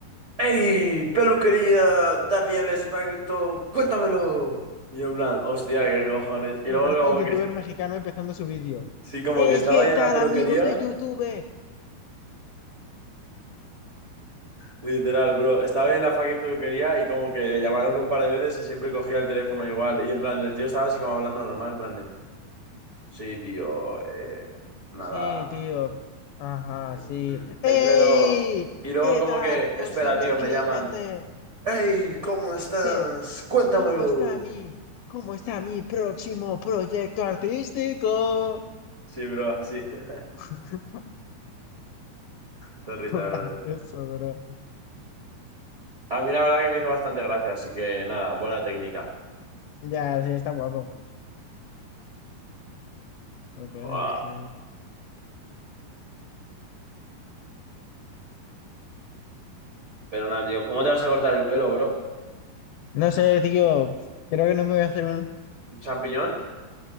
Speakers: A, on the right (about 85°); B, on the left (about 80°).
A: ¡Hey, peluquería Daniel Espaghetto! ¡Cuéntamelo! Y yo en plan, hostia, qué cojones. Y
B: Sí,
A: luego
B: parece un
A: como
B: youtuber
A: que,
B: mexicano empezando su vídeo.
A: sí, como
B: ¡Ey,
A: que estaba
B: qué
A: ahí en
B: tal,
A: la peluquería.
B: amigos de YouTube!
A: Literal, bro. Estaba yo en la fucking peluquería y como que le llamaron un par de veces y siempre cogía el teléfono
B: Sí,
A: igual. Y en plan, el tío estaba así como hablando normal, en plan de, sí, tío, eh, nada.
B: Sí, tío. Ajá,
A: mm,
B: sí. ¡Ey!
A: El pelo. Y luego
B: ¿Qué
A: como
B: tal,
A: que,
B: posible
A: espera, tío,
B: cliente?
A: me llaman. ¡Hey! ¿Cómo estás?
B: qué
A: Cuéntamelo.
B: ¿Cómo está mi, cómo está mi próximo proyecto artístico?
A: Sí, bro, así. <laughs>
B: <laughs>
A: Te risa,
B: Tú gracioso,
A: brother.
B: bro.
A: A mí la verdad que me hizo bastante gracia, así que nada, buena técnica.
B: Ya, sí, está guapo. Me acuerdo
A: Fua.
B: si
A: Pero nada, tío, ¿cómo te vas a cortar el pelo, bro?
B: No sé, tío. Creo que no me voy a hacer un...
A: ¿Champiñón?